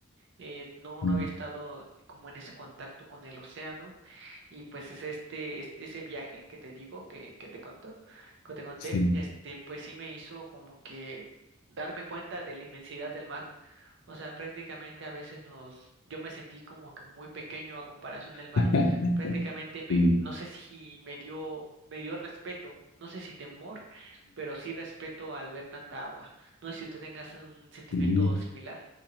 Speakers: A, on the right; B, on the left.
A: eh, no,
B: sí,
A: no había estado eh, como en ese contacto con el océano y pues es este, este- ese viaje que te digo, que, que te conto, que te conté,
B: sí.
A: este, pues sí me hizo como que darme cuenta de la inmensidad del mar. O sea, prácticamente a veces nos, yo me sentí como que muy pequeño a comparación del mar.
B: <laughs>
A: Prácticamente me,
B: Sí,
A: no sé si me dio, me dio respeto, no sé si temor, pero sí respeto al ver tanta agua. No sé si usted tenga un sentimiento
B: sí, sí.
A: similar.